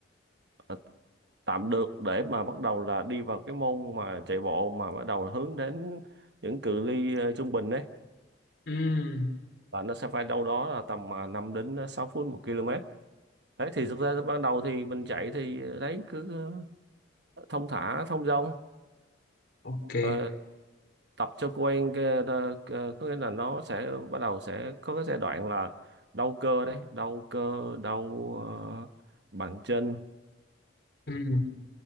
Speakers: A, on the right; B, on the left.
A: là tạm được để mà bắt đầu là đi vào cái môn mà chạy bộ mà bắt đầu hướng đến những cự ly ờ, trung bình đấy
B: Ừm,
A: và nó sẽ phải đâu đó là tầm à, 5 đến 6 phút một km đấy thì thực ra ban đầu thì mình chạy thì ờ, đấy cứ ờ, thông thả thông dong
B: ok.
A: Ờ, tập cho quen cái, ờ, cái, có nghĩa là nó sẽ bắt đầu sẽ có cái giai đoạn là đau cơ đấy đau cơ đau ờ, bàn chân
B: Ừm,